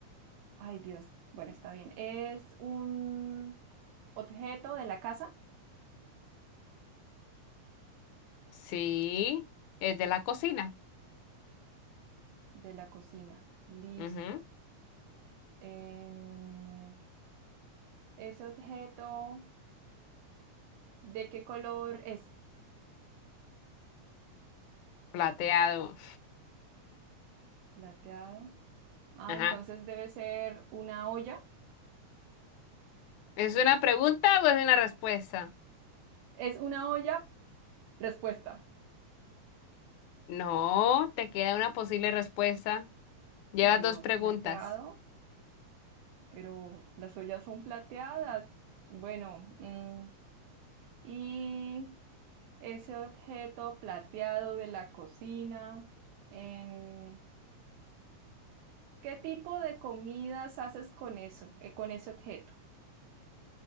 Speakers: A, on the right; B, on the left.
A: ay Dios, bueno, está bien. Es un objeto de la casa,
B: Sí. Es de la cocina.
A: de la cocina. Listo.
B: Ujú.
A: Em, ese objeto, ¿de qué color es?
B: Plateado.
A: Plateado. Ah,
B: Ajá.
A: entonces debe ser una olla.
B: ¿Es una pregunta o es una respuesta?
A: Es una olla, respuesta.
B: No, te queda una posible respuesta. Llevas
A: Dios,
B: dos preguntas.
A: plateado, pero las ollas son plateadas. Bueno, mm, y ese objeto plateado de la cocina, em, ¿qué tipo de comidas haces con eso, eh, con ese objeto?